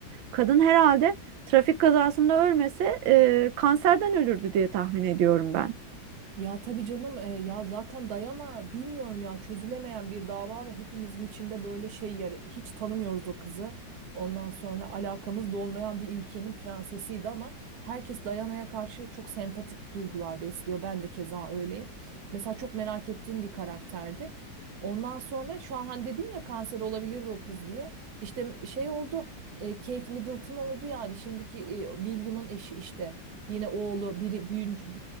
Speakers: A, on the right; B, on the right.
A: kadın herhalde trafik kazasında ölmese e, kanserden ölürdü diye tahmin ediyorum ben.
B: Ya tabii canım e, ya zaten Dayana bilmiyorum ya çözülemeyen bir dava ve hepimizin içinde böyle şey yer hiç tanımıyoruz o kızı. Ondan sonra alakamız da olmayan bir ülkenin prensesiydi ama herkes Dayana'ya karşı çok sempatik duygular besliyor. Ben de keza öyleyim. Mesela çok merak ettiğim bir karakterdi. Ondan sonra şu an hani dedin ya kanser olabilirdi o kız diye. İşte şey oldu. e, Kate Middleton oldu yani şimdiki e, William'ın eşi işte. Yine oğlu biri büyük,